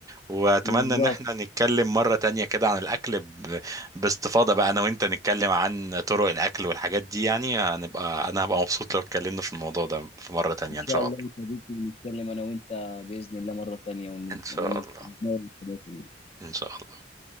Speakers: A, on the right (about 20°); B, on the left (about 35°).
A: واتمنى
B: بالظبط
A: ان احنا نتكلم مرة تانية كده عن الاكل ب... باستفاضة بقى انا وانت نتكلم عن طرق الاكل والحاجات دي يعني هنبقى انا هبقى مبسوط لو اتكلمنا في الموضوع ده في مرة تانية
B: إن
A: ان
B: شاء
A: شاء
B: الله
A: الله
B: يا صديقي نتكلم أنا وأنت بإذن الله مرة تانية ون-
A: ان شاء
B: ونتناول
A: الله
B: الحاجات دي.
A: ان شاء الله